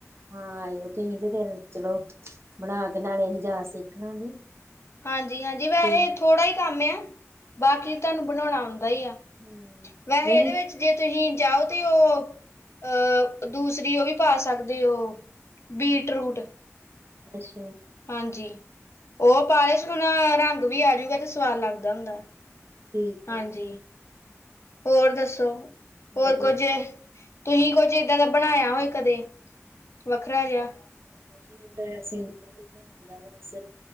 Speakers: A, on the right (about 55°); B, on the left (about 55°).
A: ਹਾਂ ਆਇਓ ਤੁਹੀ ਤੇ ਫੇਰ ਚਲੋ ਬਣਾ ਕੇ ਨਾਲੇ ਅਸੀਂ ਜਾਚ ਸਿੱਖ ਲਾਂਗੇ।
B: ਹਾਂਜੀ, ਹਾਂਜੀ ਵੈਸੇ
A: ਤੇ
B: ਥੋੜਾ ਹੀ ਕੰਮ ਆ, ਬਾਕੀ ਤੁਹਾਨੂੰ ਬਣਾਉਣਾ ਦਾ ਹੀ ਆ,
A: ਹਮ
B: ਵੈਸੇ
A: ਨਹੀਂ
B: ਇਹਦੇ ਵਿੱਚ ਜੇ ਤੁਸੀਂ ਜਾਓ ਤੇ ਉਹ ਅਹ ਦੂਸਰੀ ਉਹ ਵੀ ਪਾ ਸਕਦੇ ਉਹ ਬੀਟ ਰੂਟ
A: ਅੱਛਾ।
B: ਹਾਂਜੀ, ਉਹ ਪਾ ਲਿਸ਼ ਹੁਣ ਰੰਗ ਵੀ ਆਜੂਗਾ ਤੇ ਸਵਾਦ ਲੱਗਦਾ ਹੁੰਦਾ।
A: ਠੀਕ
B: ਹਾਂਜੀ
A: ਹੈ
B: ਹੋਰ ਦੱਸੋ, ਹੋਰ
A: ਵਧੀਆ
B: ਕੁੱਝ ਤੁਸੀਂ ਕੁੱਝ ਏਦਾਂ ਦਾ ਬਣਾਇਆ ਹੋਏ ਕਦੇ ਵੱਖਰਾ ਜਿਹਾ
A: ਕੁਛ ਨੀ ਬਣਾਈ ਸੀ ਕੜੀ ਬਣਾਈ ਮੈਂ ਬਸ